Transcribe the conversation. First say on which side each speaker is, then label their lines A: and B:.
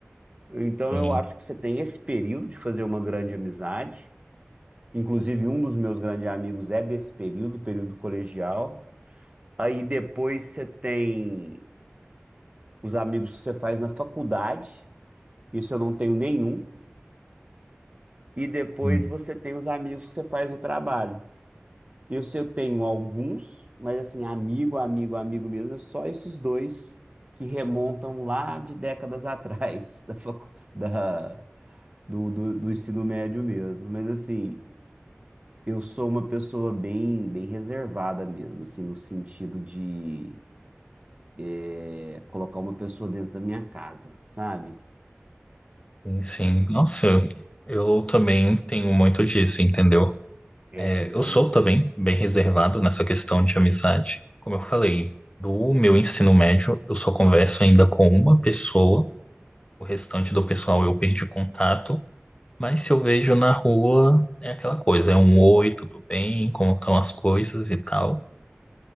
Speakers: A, on the right; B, on the left.
A: Então
B: Tem,
A: eu acho que você tem esse período de fazer uma grande amizade. Inclusive, um dos meus grandes amigos é desse período, período colegial. Aí depois você tem os amigos que você faz na faculdade. Isso eu não tenho nenhum. E depois
B: hum,
A: você tem os amigos que você faz o trabalho. Eu, se eu tenho alguns, mas assim, amigo, amigo, amigo mesmo, é só esses dois que remontam lá de décadas atrás <laughs> da, facu- da- do, do, do ensino médio mesmo. Mas assim, eu sou uma pessoa bem, bem reservada mesmo, assim, no sentido de eh, colocar uma pessoa dentro da minha casa, sabe?
B: tem sim. Nossa, eu também tenho muito disso, entendeu?
A: É,
B: É,
A: eu...
B: eu sou também bem reservado nessa questão de amizade. Como eu falei, do meu ensino médio, eu só converso ainda com uma pessoa. O restante do pessoal eu perdi contato. Mas se eu vejo na rua, é aquela coisa, é um oi, tudo bem, como estão as coisas e tal.